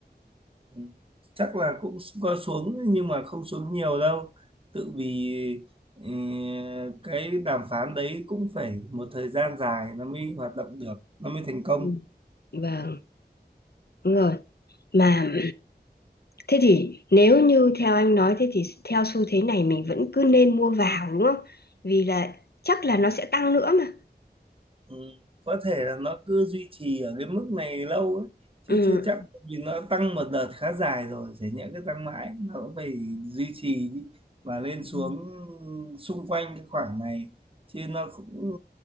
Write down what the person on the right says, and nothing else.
ừ. Chắc là cũng có xuống nhưng mà không xuống nhiều đâu. Tự vì ừ, cái đàm phán đấy cũng phải một thời gian dài nó mới hoạt động được, nó mới thành công.
Ừ, có thể là nó cứ duy trì ở cái mức này lâu ấy.
chứ chưa chắc tại vì nó tăng một đợt khá dài rồi chả nhẽ cứ tăng mãi nó cũng phải duy trì đi và lên xuống
xung quanh cái khoảng này chứ nó cũng